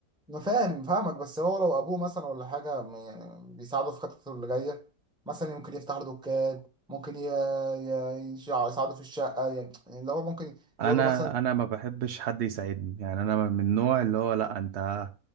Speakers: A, in the centre; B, on the right.
A: انا فاهم فاهمك بس هو لو ابوه مثلا ولا حاجه م- يعني بيساعده في خطته اللي جايه مثلا ممكن يفتح له دكان ممكن ي- ي- يشع- يساعده في الشقه يعني يعني اللي هو ممكن
B: انا
A: يقول له مثلا
B: انا ما بحبش حد يساعدني يعني انا من النوع اللي هو لا انت